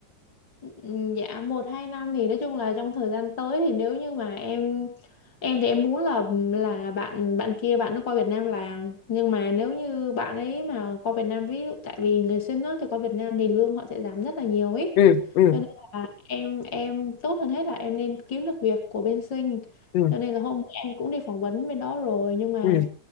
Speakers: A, on the left; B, on the left.
A: Ừ, Dạ một hai năm thì nói chung là trong thời gian tới thì nếu như mà em em thì em muốn là là bạn bạn kia bạn nó qua Việt Nam làm nhưng mà nếu như bạn ấy mà qua Việt Nam ví dụ tại vì người sinh á thì qua Việt Nam thì lương họ sẽ giảm rất là nhiều ấy
B: ừ ừ
A: cho nên là em em tốt hơn hết là em nên kiếm được việc của bên sinh
B: ừ
A: cho nên là hôm bữa em cũng đi phỏng vấn bên đó rồi nhưng mà
B: ừ